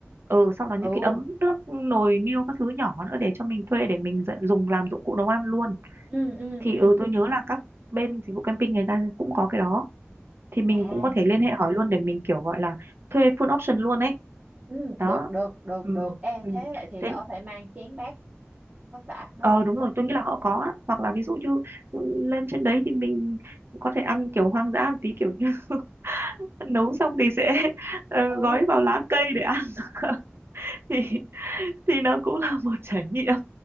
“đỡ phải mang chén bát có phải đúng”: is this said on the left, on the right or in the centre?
Right